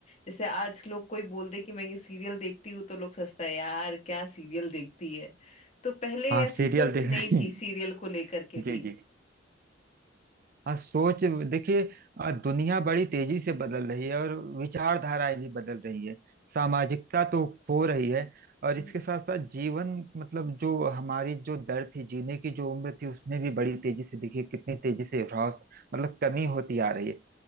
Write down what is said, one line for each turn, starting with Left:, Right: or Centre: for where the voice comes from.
Left: जैसे आज लोग कोई बोल दे कि मैं ये सीरियल देखती हूँ तो लोग सोचता है यार क्या सीरियल देखती है तो पहले
Right: हाँ
Left: ऐसी
Right: सीरियल
Left: सोच
Right: देख
Left: नहीं
Right: रही हैं।
Left: थी सीरियल को लेकर के भी
Right: जी जी हाँ सोच देखिए अ, दुनिया बड़ी तेजी से बदल रही है और विचारधाराएं भी बदल रही है सामाजिकता तो खो रही है और
Left: जी
Right: इसके
Left: जी
Right: साथ साथ जीवन मतलब जो हमारी जो दर थी जीने की जो उम्र थी उसमें भी बड़ी तेजी से देखिए कितनी तेजी से ह्रास मतलब कमी होती आ रही है